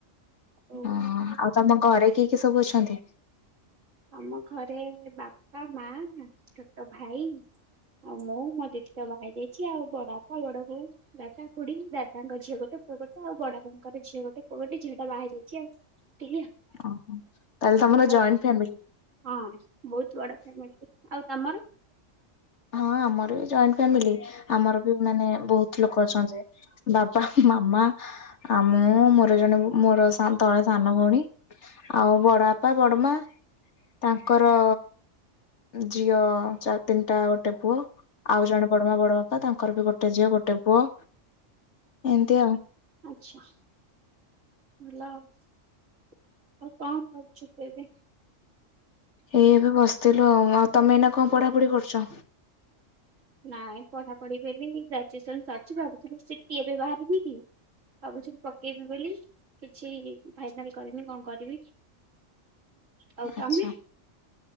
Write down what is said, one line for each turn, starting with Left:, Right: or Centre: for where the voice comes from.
Right: ଆଉ
Left: ଓହୋ ଆଉ ତମ ଘରେ କିଏ କିଏ ସବୁ ଅଛନ୍ତି?
Right: ଆମ ଘରେ ବାପା ମା ଛୋଟ ଭାଇ ଆଉ ମୁଁ ମୋ ଦିଟିି ତ ବାହା ହେଇ ଯାଇଛି। ଆଉ ବଡ ବାପା, ବଡ ବୋଉ ଦାଦା, ଖୁଡି, ଦାଦାଙ୍କ ଝିଅ ଗୋଟେ, ପୁଅ ଗୋଟେ, ଆଉ ବଡ ବାପାଙ୍କର ଝିଅ ଗୋଟେ, ପୁଅ ଗୋଟେ, ଝିଅ ଟା ବାହାହେଇ ଯାଇଛି ଆଉ। ଏତିକି ଆଉ।
Left: ଓହୋ ତାହେଲେ ତମର
Right: ହଁ
Left: ଜଏଣ୍ଟ ଫ୍ୟାମିଲି।
Right: ହଁ ବହୁତ ବଡ ଫ୍ୟାମିଲି। ଆଉ ତମର?
Left: ହଁ ଆମର ବି ଜଏଣ୍ଟ ଫ୍ୟାମିଲି। ଆମର ବି ମାନେ ବହୁତ ଲୋକ ଅଛନ୍ତି ବାବା, ମାମା, ଆଉ ମୁଁ, ମୋର ଜଣେ ମୋର ତଳେ ସାନ ଭଉଣୀ ଆଉ ବଡ ବାପା, ବଡମା ତାଙ୍କର ଝିଅ ତିନିଟା, ଗୋଟେ ପୁଅ ଆଉ ଜଣେ ବଡମା, ବଡ ବାପା, ତାଙ୍କର ବି ଗୋଟେ ଝିଅ ଗୋଟେ ପୁଅ, ଏମିତି ଆଉ।
Right: ଆଚ୍ଛା ଭଲ ଆଉ। କଣ କରୁଛୁ ତୁ ଏବେ?
Left: ଏଇ ଏବେ ବସିଥିଲୁ ଆଉ ଆଉ ତମେ ଏଇନା କଣ ପଢାପଢି କରୁଛ?
Right: ନାଇଁ ପଢାପଢି ବେଲି ଗ୍ରାଜୁଏସନ ସରିଛି ଭାବୁଥିଲି ସିଟି ଏବେ ବାହାରିନି କି ଭାବୁଛି ପକେଇବି ବୋଲି କିଛି ଫାଇନାଲ କରନି କଣ କରିବି? ଆଉ ତମେ
Left: ଆଚ୍ଛା।